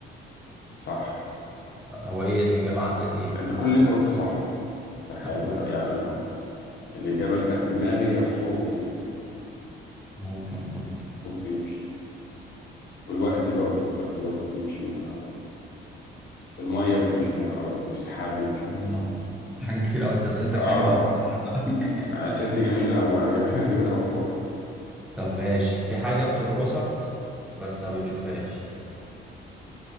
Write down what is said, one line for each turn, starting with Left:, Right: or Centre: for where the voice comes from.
Left: صح
Centre: هو إيه الإجابة عندك إيه؟
Left: انت كل اللي انت قلته صح السحاب
Centre: طب كويس
Left: لا يعني لو الإجابة اللي كانت في دماغي هي الصوت يعني
Centre: ممكن برضه
Left: الصوت بيمشي والوقت برضو الوقت برضو بيمشي من غير أرجل المية بتمشي من غير أرجل السحاب بيمشي من
Centre: مم.
Left: غير أرجل
Centre: في حاجة كتير أوي أنت أسئلتك
Left: آه
Centre: حلوة أوي <laughs>
Left: أنا أسئلتي جميلة أوي أجيب- <laughs> أجيبتها مفتوحة
Centre: طب ماشي في حاجة بتقرصك بس ما بتشوفهاش